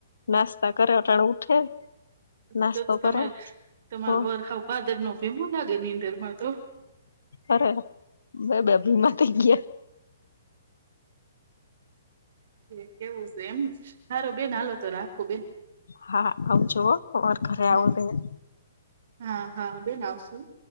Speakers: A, on the left; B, on the right.
A: નાસ્તા કરે અટાણે ઉઠે નાસ્તો
B: તો તમાર
A: કરે
B: તમારો
A: તો
B: વર સાવ ભાદર નો ભીમો લાગે નીંદર માં તો
A: અરે બે બે ભીમાં થઈ ગયા
B: ઠેક એવું છે એમ સારું બેન હાલો તો રાખું બેન
A: હા આવજો હો અમાર ઘરે આવો
B: હા
A: તયે
B: હા હા બેન આવશું